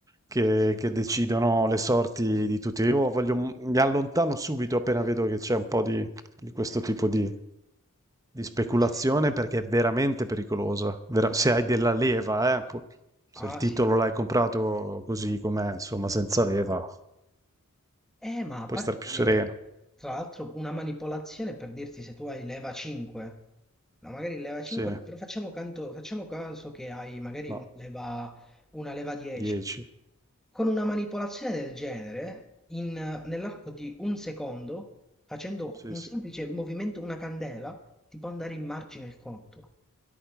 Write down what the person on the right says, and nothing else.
che,
che decidono le sorti di tutti. Io voglio, mi allontano subito appena vedo che c'è un po' di, di questo tipo di, di speculazione
perché è veramente pericolosa. Vera- se hai della leva, eh, pu- se
il titolo
l'hai comprato così com'è, insomma, senza leva,
puoi
stare più
sereno.
Sì,
no,
10.
Sì,
sì.